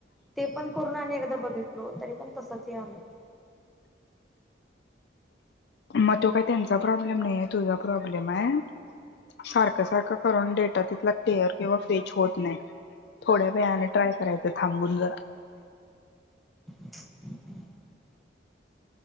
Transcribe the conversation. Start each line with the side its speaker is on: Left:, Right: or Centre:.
Centre: ते पण कोरून एकदा बघितलो, तरी पण तसच यायलंय. <inaudible>
Left: मग तो काही त्यांचा प्रॉब्लेम नाही, तुझा प्रॉब्लेम आहे. सारखं सारखं करून डेटा तिथला केअर किंवा फेज होत नाही. थोड्या वेळाने ट्राय करायचं, थांबून जरा.
Centre: <inaudible>